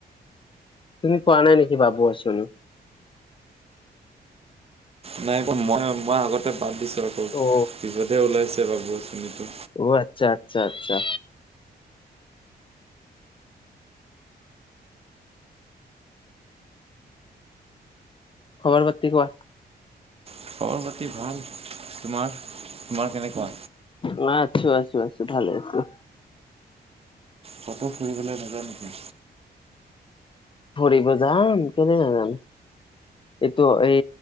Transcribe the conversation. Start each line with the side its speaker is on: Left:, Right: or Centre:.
Left: তুমি পোৱা নাই নেকি বাবু আঁচনি?
Right: নাই পোৱা। মই পোৱা আগতে বাদ দিছোঁ। আকৌ
Left: অ
Right: পিছতহে ওলাইছে। বাবু আঁচনি <unintelligible>
Left: অ'! আচ্ছা! আচ্ছা! আচ্ছা! খবৰ পাতি কোৱা?
Right: খবৰ পাতি ভাল। তোমাৰ তোমাৰ কেনেকুৱা?
Left: নাই। আছোঁ! আছোঁ! আছোঁ! ভালে, ভালে!
Right: কটো ফুৰিবলৈ নেযায় নেকি?
Left: ফুৰিব যাম। কেলেই নযাম। এইটো এই